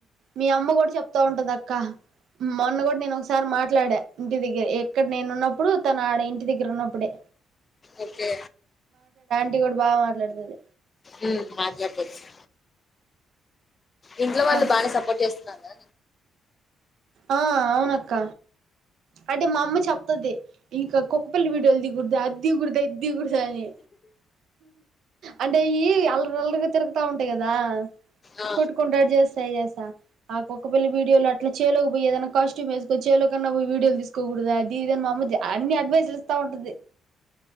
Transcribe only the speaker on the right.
మీ అమ్మ కూడా చెప్తా ఉంటది అక్క మొన్న కూడా నేను ఒకసారి మాట్లాడా ఇంటి దగ్గర ఎక్కడ నేను ఉన్నప్పుడు ఆడ ఇంటి దగ్గర ఉన్నప్పుడే
ఇప్పుడు బాగ మాట్లాడుతది
అప్పుడు
ఆ అవునక్క అంటే మా అమ్మ చెప్తది ఇంకా కుక్కపిల్లల వీడియోలు దిగుడద అది దిగుడద ఇది దిగుడ్ దని అంటే అయ్యి అల్ల అల్లరిగా తిరుగుతా ఉంటాయి కదా
కొట్టుకుంటా అట్ చేస్తాయి సా ఆకుక్కపిళ్ల వీడియోలు అట్ల చే లోకి పోయి ఏదన్న కాస్ట్యూమ్ వేసుకో చేలో కన్నా పోయి వీడియోలు తీసుకోకూడద అది ఇదిఅని మా అమ్మ అన్ని అడ్వైస్లు ఇస్తా ఉంటది